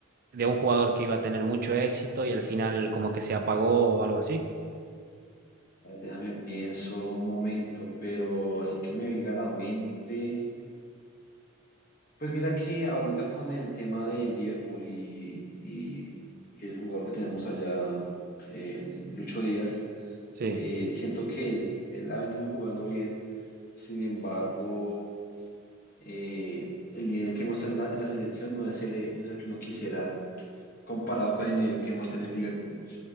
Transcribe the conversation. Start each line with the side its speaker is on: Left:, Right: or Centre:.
Right: de un jugador que iba a tener mucho éxito y al final como que se apagó o algo así.
Left: Eh, Déjame pienso un momento, pero así que me venga a la mente. Pues mira que ahorita con el tema de Liverpool y, y el jugador que tenemos allá, el Lucho Díaz,
Right: Sí,
Left: eh, siento que él, él ha venido jugando bien. Sin embargo, eh, el nivel que muestra en la, en la selección no es el, no es el que uno quisiera comparado con el nivel que muestra en el Liverpool.